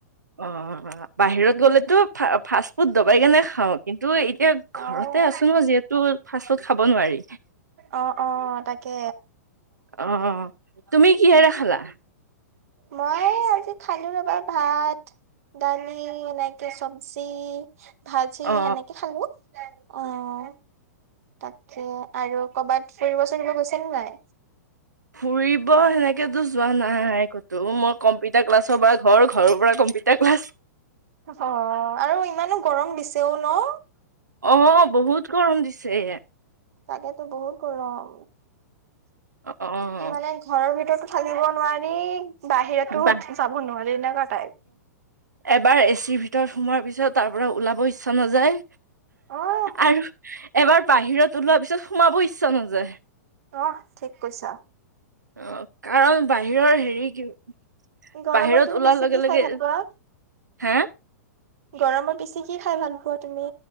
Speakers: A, on the right (about 85°); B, on the right (about 55°).
A: অ' বাহিৰত গ'লেতো ফাষ্টফুড দবাই কেনে খাওঁ। কিন্তু এতিয়া ঘৰতে
B: অ',
A: আছো ন! যিহেতু ফাষ্টফুড খাব নোৱাৰি।
B: অ', অ তাকে
A: অ'। তুমি কিহেৰে খালা?
B: মই আজি খালো ৰ'বা ভাত, দালি, এনেকে চব জি, ভাজি
A: অ
B: সেনেকে খালো। অ'। তাকে, আৰু ক'ৰবাত ফুৰিব-চুৰিব গৈছা নে নাই?
A: ফুৰি ব সেনেকেতো যোৱা নাই ক'তো, মই কম্পিউটাৰ ক্লাছৰ পৰা ঘৰ, ঘৰৰ পৰা কম্পিউটাৰ ক্লাছ
B: অ' আৰু ইমানো গৰম দিছেও ন?
A: অ' বহুত গৰম দিছে।
B: তাকেতো বহুত গৰম।
A: অ'
B: মানে ঘৰৰ ভিতৰতো থাকিব নোৱাৰি। বাহিৰতো
A: বা
B: যাব নোৱাৰি এনেকুৱা টাইপ।
A: এবাৰ এচিৰ ভিতৰত সোমোৱাৰ পিছত তাৰ পৰা ওলাব ইচ্ছা নাযায়,
B: অ',
A: আৰু এবাৰ বাহিৰত ওলোৱা পিছত সমাবো ইচ্ছা নাযায়।
B: অ' ঠিক কৈছ।
A: অ কাৰণ বাহিৰৰ হেৰি কি
B: গৰমত
A: বাহিৰত
B: তুমি
A: ওলাৰ
B: বেছি
A: লগে
B: কি খাই
A: লগে,
B: ভাল পোৱা?
A: হে?
B: গৰমত বেছি কি খাই ভাল পোৱা তুমি?